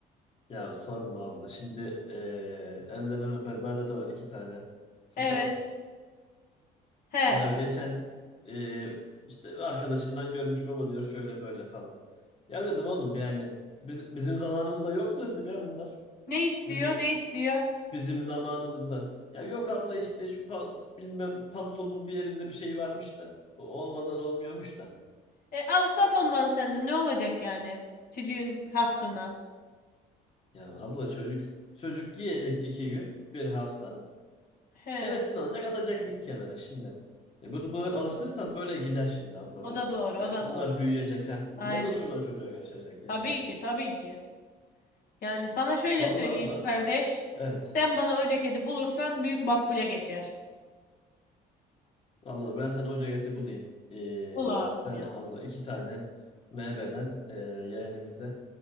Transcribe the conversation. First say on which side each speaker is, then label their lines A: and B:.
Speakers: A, on the left; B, on the left.
A: Ya sorma abla. Şimdi e, ellerinden öper. Bende de var iki tane sıpa.
B: Evet. He.
A: Ya geçen e, işte arkadaşından görmüş baba diyor şöyle böyle falan. Ya dedim oğlum yani biz, bizim zamanımızda yoktu dedim ya bunlar.
B: Ne istiyor,
A: Bizim
B: ne istiyor?
A: Bizim zamanımızda. Ya yok abla işte şu pa- bilmem pantolonun bir yerinde bir şey varmış da. O olmadan olmuyormuş da.
B: E, al sat ondan sen de ne olacak yani? Çocuğun hatırına.
A: Ya abla çocuk çocuk giyecek iki gün, bir hafta.
B: He.
A: Hevesini alacak atacak bir kenara şimdi. E bunu böyle alıştırırsan böyle gider şimdi abla
B: O
A: bu.
B: da doğru,
A: Ya
B: o da
A: bunlar
B: doğru.
A: büyüyecek ha. Bunlar
B: Aynen.
A: da çoluğa çocuğa yarışacak yani.
B: Tabii ki, tabii ki. Yani sana şöyle
A: Vallahi
B: söyleyeyim
A: abla.
B: kardeş.
A: Evet.
B: Sen bana o ceketi bulursan büyük makbule geçer.
A: Anladım. Ben sana hoca eti bulayım. Ee,
B: Bul abim
A: sen
B: ya.
A: abla iki tane MB'den e, yeğenimize